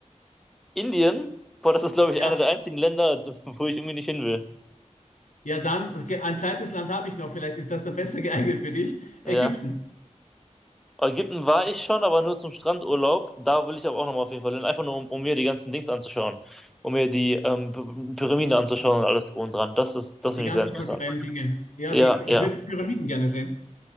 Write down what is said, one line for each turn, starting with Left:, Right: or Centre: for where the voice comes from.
Centre: Indien, boah, das ist, glaube ich,
Left: Ja,
Centre: einer der einzigen Länder, wo ich irgendwie nicht hin will.
Left: ja, dann, okay, ein zweites Land habe ich noch, vielleicht ist das dann besser geeignet für dich.
Centre: Ja.
Left: Ägypten,
Centre: Ägypten war ich schon, aber nur zum Strandurlaub. Da will ich aber auch nochmal auf jeden Fall hin. Einfach nur, um, um mir die ganzen Dings anzuschauen. Um mir die ähm, P- Pyramide anzuschauen und alles drum und dran. Das ist, das
Left: die
Centre: finde
Left: ganzen
Centre: ich sehr interessant.
Left: kulturellen Dinge. Ja,
Centre: Ja,
Left: die, ich
Centre: ja.
Left: würde die Pyramiden gerne sehen.